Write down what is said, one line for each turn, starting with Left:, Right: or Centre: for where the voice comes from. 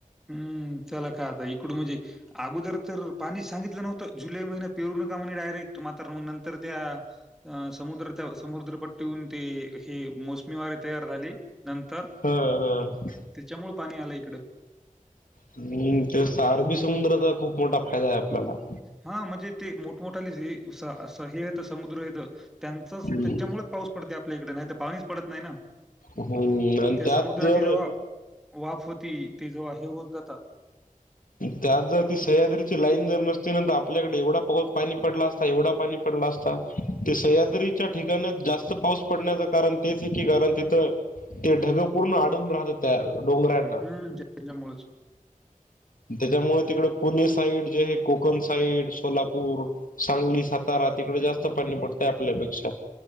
Centre: हम्म चला काय आता इकड म्हणजे अगोदर तर पाणी सांगितलं नव्हतं. जुलै महिन्यात पेरून आता म्हणे डायरेक्ट मात्र. नंतर त्या समुद्र त्या समुद्रपट्टीवरुन ते हे मोसमी वारे तयार झाली नंतर,
Left: ह ह
Centre: त्याच्यामुळे पाणी आलं इकड.
Left: हम्म तेच तर अरबी समुद्राचा खूप मोठा फायदा आहे आपल्याला.
Centre: हा म्हणजे ते मोठमोठाले हे स ह हेत समुद्र हेेत त्यांचच
Left: हम्म.
Centre: त्याच्यामुळेच पाऊस पडते आपल्या इकडे, नाही तर पाणीच पडत नाही ना.
Left: हम्म आणि
Centre: त्या
Left: त्यात
Centre: समुद्राची
Left: जर
Centre: जेव्हा वाफ होती, ते जेव्हा हे होउन जात ता
Left: त्यात जर ती सह्याद्रीची लाईन जर नसती ना, तर आपल्याकडे एवढा पाऊस पाणी पडला असता एवढा पाणी पडला असता ते सह्याद्रीच्या ठिकाण जास्त पाऊस पडण्याचं कारण तेच आहे की कारण तिथं ते ढग पूर्ण अडून राहता त्या डोंगरांना.
Centre: हं, त्याच्यामुळेच.
Left: त्याच्यामुळे तिकड पुणे साईड जे आहे कोकण साईड, सोलापूर सांगली, सातारा तिकडे जास्त पाणी पडतंय आपल्यापेक्षा,